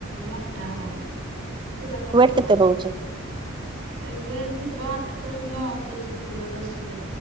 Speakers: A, on the right; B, on the right.
A: ମୋଟା ହଉନି, ସେ ପୁରା ପତଳା।
B: ୱେଟ୍ କେତେ ରହୁଛି?
A: ଏବେ ଥିବ ଆଠ ତ ନଅ କେଜି ଥିଲା ଦଶ କେ